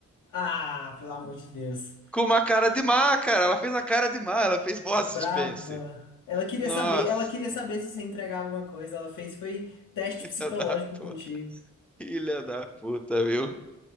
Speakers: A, on the left; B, in the centre.
A: Ah, pelo amor de Deus.
B: Com uma cara de má, cara, ela fez a cara de má, ela fez voz
A: Braba.
B: de suspense.
A: Ela queria
B: Nossa,
A: saber, ela queria saber se você entregava alguma coisa. Ela fez foi teste
B: <laughs>
A: psicológico contigo.
B: que Filha da puta, viu?